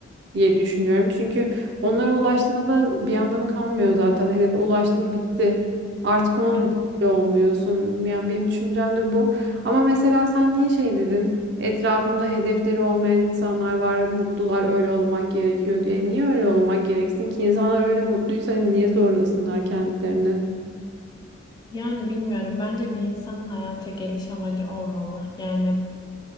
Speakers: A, on the right (about 55°); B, on the left (about 20°).
A: diye düşünüyorum. Çünkü onlara ulaştığında da bir anlamı kalmıyor zaten. Hedefe ulaştın bitti. Artık ona
B: Ya-
A: mutlu bile olmuyorsun. Yani benim düşüncem de bu. Ama mesela sen niye şey dedin? Etrafımda hedefleri olmayan insanlar var, mutlular, öyle olmak gerekiyor diye. Niye öyle olmak gereksin ki? İnsanlar öyle mutluysa hani niye zorlasınlar kendilerini?
B: Yani bilmiyorum. Bence bir insanın hayata geliş amacı olmalı. Yani